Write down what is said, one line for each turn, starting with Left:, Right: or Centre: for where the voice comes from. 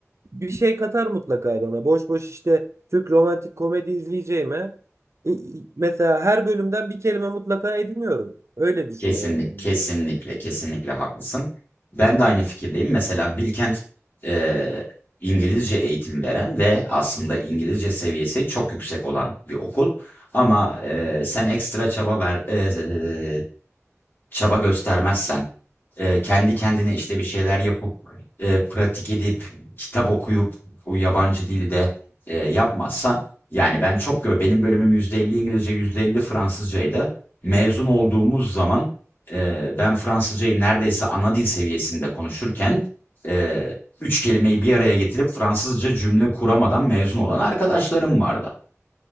Right: bir şey katar mutlaka bana. Boş boş işte Türk romantik komedi izleyeceğime e, e, mesela her bölümden bir kelime mutlaka ediniyorum. Öyle düşünüyorum
Left: Kesinlik
Right: yani.
Left: kesinlikle, kesinlikle haklısın. Ben de aynı fikirdeyim. Mesela Bilkent eee, İngilizce eğitim veren ve aslında İngilizce seviyesi çok yüksek olan bir okul. Ama eee,
Right: Hı
Left: sen ekstra
Right: hı,
Left: çaba ver, eee, çaba göstermezsen e, kendi kendine işte bir şeyler yapıp e, pratik edip kitap okuyup o yabancı dilde e, yapmazsan yani ben çok gör benim bölümüm %50 İngilizce %50 Fransızcaydı. Mezun olduğumuz zaman e, ben Fransızcayı neredeyse ana dil seviyesinde konuşurken e, üç kelimeyi bir araya getirip Fransızca cümle kuramadan mezun olan arkadaşlarım vardı.